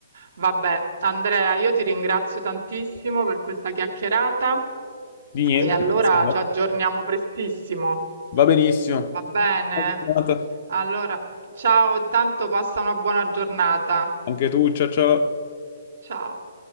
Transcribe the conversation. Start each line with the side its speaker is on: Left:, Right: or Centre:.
Right: Vabbè, Andrea, io ti ringrazio tantissimo per questa chiacchierata
Left: Di niente,
Right: e allora
Left: grazie a te.
Right: ci aggiorniamo prestissimo.
Left: Va benissimo.
Right: Va bene?
Left: Buona giornata.
Right: Allora, ciao, intanto passa una buona giornata.
Left: Anche tu, ciao ciao.
Right: Ciao.